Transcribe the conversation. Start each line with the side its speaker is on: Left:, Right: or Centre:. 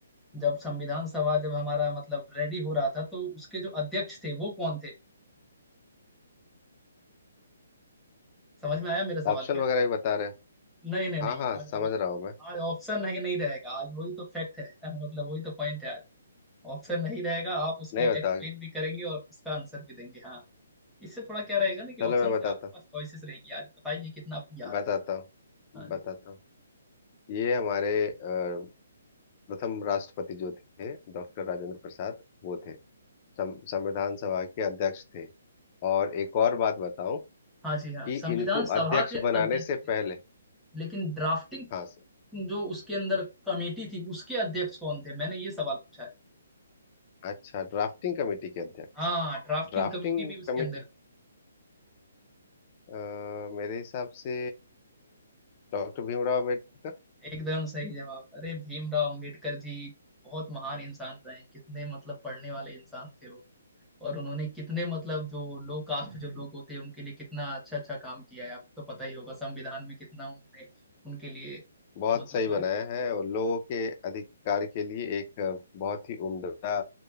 Centre: जब संविधान सभा जब हमारा मतलब रेडी हो रहा था तो उसके जो अध्यक्ष थे वो कौन थे समझ में आया मेरा सवाल
Left: ऑप्शन
Centre: क्या
Left: वगैरह भी बता रहे हैं
Centre: नहीं नहीं नहीं
Left: हाँ हाँ
Centre: आज
Left: समझ रहा हूँ मैं
Centre: आज ऑप्शन नहीं नहीं रहेगा आज वही तो फैक्ट है <laughs> मतलब वही तो पॉइंट है आज ऑप्शन नहीं रहेगा आप उसको
Left: नहीं बता
Centre: एक्सप्लेन
Left: अच्छा
Centre: भी करेंगे और उसका आंसर भी देंगे हाँ इससे थोड़ा क्या रहेगा ना कि
Left: चलो
Centre: ऑप्शन
Left: मैं बताता
Centre: से आपके पास चॉइसेस रहेंगी आज बताइए कितना आपको याद
Left: हूँ बताता
Centre: है हाँ
Left: हूँ बताता
Centre: जी
Left: हूँ ये हमारे अ, प्रथम राष्ट्रपति जो थे डॉक्टर राजेंद्र प्रसाद वो थे सं- संविधान सभा के अध्यक्ष थे और एक और बात बताऊं
Centre: हाँ जी हाँ
Left: कि
Centre: संविधान
Left: इनको
Centre: सभा
Left: अध्यक्ष
Centre: के
Left: बनाने
Centre: अध्यक्ष
Left: से
Centre: थे
Left: पहले
Centre: लेकिन ड्राफ्टिंग
Left: हाँ
Centre: जो उसके अंदर कमेटी थी उसके अध्यक्ष कौन थे मैंने ये सवाल पूछा है
Left: अच्छा ड्राफ्टिंग कमेटी के अध्यक्ष
Centre: हाँ ड्राफ्टिंग
Left: ड्राफ्टिंग
Centre: कमेटी भी उसके
Left: कमेटी
Centre: अंदर
Left: अ, मेरे हिसाब से डॉक्टर भीमराव अम्बेडकर
Centre: एकदम सही जवाब अरे भीमराव अंबेडकर जी बहुत महान इंसान रहे हैं कितने मतलब पढ़ने वाले इंसान थे वो और उन्होंने कितने मतलब जो लो कास्ट जो लोग होते हैं उनके लिए कितना अच्छा अच्छा काम किया है आपको तो पता ही होगा संविधान में कितना उन्होंने उनके लिए
Left: बहुत
Centre: मतलब
Left: सही बनाया
Centre: वर्क किया
Left: है और लोगों के अधिकार के लिए एक अ, बहुत ही उम्दा